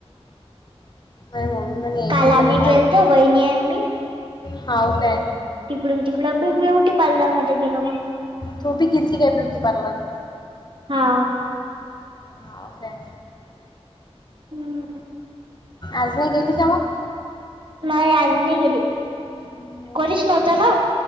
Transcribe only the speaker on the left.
म मम्मी मेतो
म
भ
हा काय
तू बी गेलती काय ब्युटी पार्लर ला?
होव काय
आज नाही गेली का मग?
नाही
गेली
का